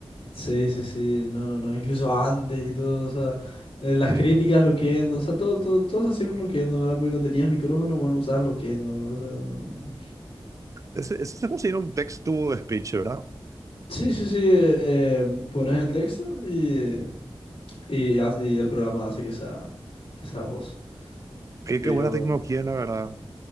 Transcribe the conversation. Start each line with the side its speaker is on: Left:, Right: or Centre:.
Left: Sí, sí, sí, no, no, no, incluso antes y todo, o sea, eh, las
Right: Sí.
Left: críticas Loquendo, o sea, todo, todo, todo se hacía con Loquendo, ¿verdad? Porque no tenías micrófono, bueno, usabas Loquendo, o sea, no. no.
Right: Ese, ese se considera un text-to-speech, ¿verdad?
Left: Sí, sí, sí, eh, pones el texto y, y, ha- y el programa hace que sea, que sea voz.
Right: Qué,
Left: Pero,
Right: qué buena tecnología, la verdad.